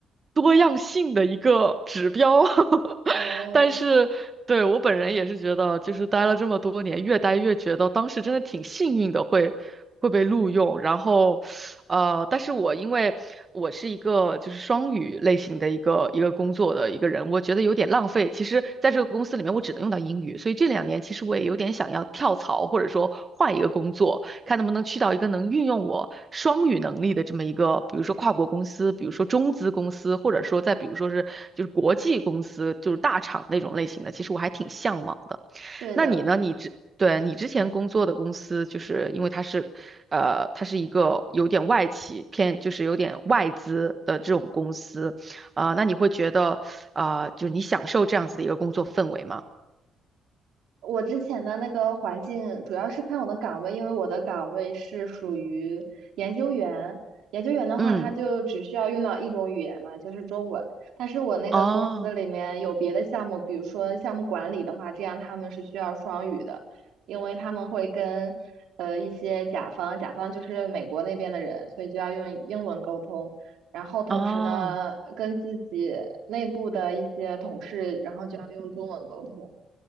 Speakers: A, on the right (about 35°); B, on the right (about 80°).
A: 多样性的一个指标。<laughs>
B: 哦，
A: 但是对我本人也是觉得，就是待了这么多年，越待越觉得当时真的挺幸运的，会会被录用，然后。呃，但是我因为我是一个就是双语类型的一个一个工作的一个人，我觉得有点浪费。其实在这个公司里面，我只能用到英语，所以这两年其实我也有点想要跳槽，或者说换一个工作，看能不能去到一个能运用我双语能力的这么一个，比如说跨国公司，比如说中资公司，或者说再比如说是就是国际公司，就是大厂那种类型的，其实我还挺向往的。
B: 对的，
A: 那你呢？你之对你之前工作的公司，就是因为它是，呃，它是一个有点外企偏，就是有点外资的这种公司，啊、那你会觉得，啊、就是你享受这样子的一个工作氛围吗？
B: 我之前的那个环境主要是看我的岗位，因为我的岗位是属于研究员。研究员的话，
A: 嗯，
B: 他就只需要用到一种语言嘛，就是中文。但是我那个公司里面有别的项目，
A: 哦，
B: 比如说项目管理的话，这样他们是需要双语的，因为他们会跟呃一些甲方，甲方就是美国那边的人，所以就要用英文沟通。然后同时呢，
A: 哦，
B: 跟自己内部的一些同事，然后就要用中文沟通。